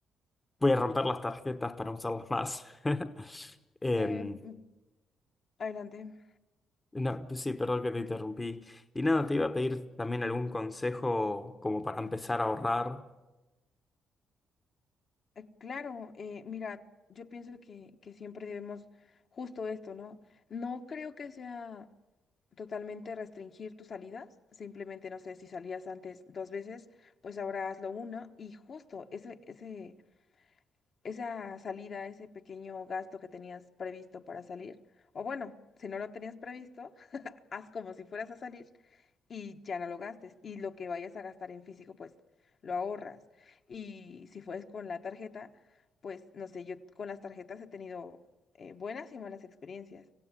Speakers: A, on the left; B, on the left.
A: voy a romper las tarjetas para usarlas más. <laughs> Em,
B: Eh, mm, adelante.
A: no, pues sí, perdón que te interrumpí. Y nada, te iba a pedir también algún consejo como para empezar a ahorrar
B: Eh, claro, eh, mira, yo pienso que, que siempre debemos justo esto, ¿no? No creo que sea totalmente restringir tus salidas, simplemente, no sé, si salías antes dos veces, pues ahora hazlo una y justo ese, ese esa salida, ese pequeño gasto que tenías previsto para salir, o bueno, si no lo tenías previsto, <laughs> haz como si fueras a salir y ya no lo gastes. Y lo que vayas a gastar en físico, pues lo ahorras. Y si fues con la tarjeta, pues no sé, yo con las tarjetas he tenido eh, buenas y malas experiencias.